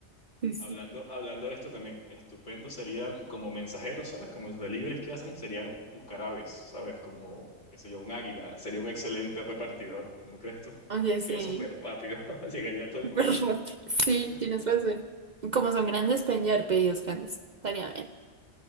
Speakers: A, on the right; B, on the left.
A: Sí, sí.
B: Hablando, hablando de esto también, estupendo serían como mensajeros, ¿sabes? Como los deliveries que hacen, serían buscar aves, ¿sabes? Como, qué sé yo, un águila. Sería un excelente repartidor, ¿no crees tú? <laughs>
A: Oye,
B: Sería
A: sí.
B: súper rápido, <laughs> llegaría todo inmediato.
A: <laughs> Perro. Sí,
B: <laughs>
A: tienes razón. Como son grandes, pueden llevar pedidos grandes. Estaría bien.